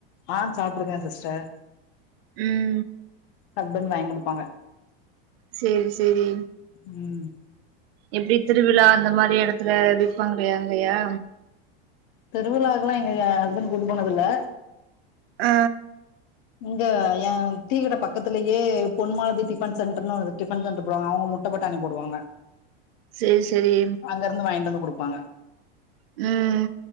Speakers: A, on the left; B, on the right.
A: ஆ சாப்ட்ருக்கே சிஸ்டர்
B: ம்
A: ஹஸ்பண்ட் வாய்ங் குடுப்பாங்க
B: சேரி சேரி
A: ம்
B: எப்டி திருவிழா அந்த மாரி எடத்துல விப்பாங்கலே அங்கயா
A: திருவிழாக் கெல்லா எங்க எ ஹஸ்பண்ட் கூட்டு போனதில்ல
B: ஆ
A: இங்க ஏ‌ டீ கட பக்கத்திலயே பொன்மாலதி டிஃபன் சென்டர்னு ஒரு ஃடிபன் சென்டர் போடுவாங்க அவுங்க முட் ட பட்டாணி போடுவாங்க
B: சேர் செரி
A: அங்கருந்து வாய்ன்ட்டு வந்து குடுப்பாங்க
B: ம்